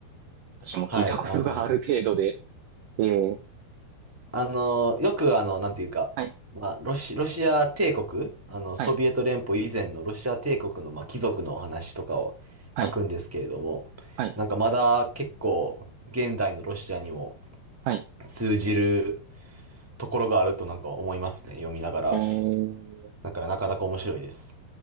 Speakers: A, on the right (about 75°); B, in the centre.
A: 私も聞いたことがある程度で、
B: はい。あの
A: えー、
B: あの、よくあの、なんていうか、
A: はい、
B: まあ、ロシ、ロシア帝国、あの、ソビエト連邦以前のロシア帝国の、
A: はい、
B: まあ、貴族のお話とかを書くんですけれども、
A: はい、はい、
B: なんかまだ結構現代のロシアにも
A: はい。
B: 通じるところがあるとなんか思いますね、読みながら。
A: えー、
B: だからなかなか面白いです。